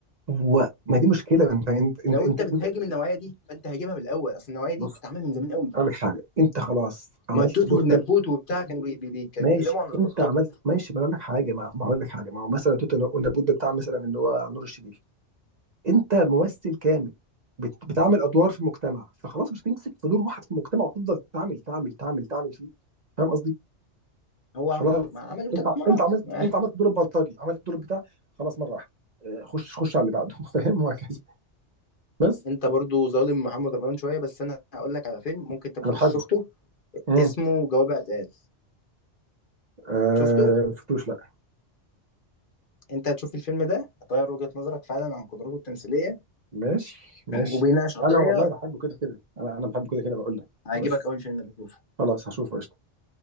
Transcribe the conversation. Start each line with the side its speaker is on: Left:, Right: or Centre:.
Right: هو ما دي مشكله انت انت
Left: لو
Right: انت
Left: انت
Right: انت,
Left: بتهاجم
Right: انت
Left: النوعيه دي فانت هاجمها من الاول اصل النوعيه دي
Right: بص
Left: بتتعمل من زمان قوي
Right: اقول لك حاجه انت خلاص عملت
Left: ماتوت
Right: دور
Left: والنبوت
Right: حلو
Left: وبتاع كانوا بي- بي- بيتكلموا
Right: ماشي
Left: عن البلطجه
Right: انت عملت ماشي ما أنا اقول لك حاجه ما ما هقول لك حاجه ما هو مثلا توت والنبوت ده بتاع مثلا اللي هو نور الشريف انت ممثل كامل بت... بتعمل ادوار في المجتمع فخلاص مش هتمسك في دور واحد في المجتمع وتفضل تعمل تعمل تعمل تعمل فيه فاهم قصدي
Left: هو
Right: خلاص
Left: عم- ما عمله ثلاث
Right: انت
Left: مرات
Right: انت عملت
Left: <laughs>
Right: انت عملت دور البلطجي عملت دور بتاع خلاص مره واحده آه، خش خش على اللي بعده <laughs> فاهم وهكذا بس
Left: انت برضو ظالم محمد رمضان شويه بس انا هقول لك على فيلم ممكن انت ما
Right: انا
Left: كنتش
Right: بحبه
Left: شفته
Right: امم
Left: اسمه جواب اعتقاد
Right: آه
Left: شفته
Right: شفتوش لا
Left: انت هتشوف الفيلم ده هتغير وجهة نظرك فعلا عن قدراته التمثيليه
Right: ماشي ماشي
Left: وبيناقش قضيه
Right: انا والله بحبه كده كده انا انا بحبه كده كده بقول لك
Left: هيعجبك
Right: بس
Left: اول فيلم ده شوفه
Right: خلاص هشوفه قشطه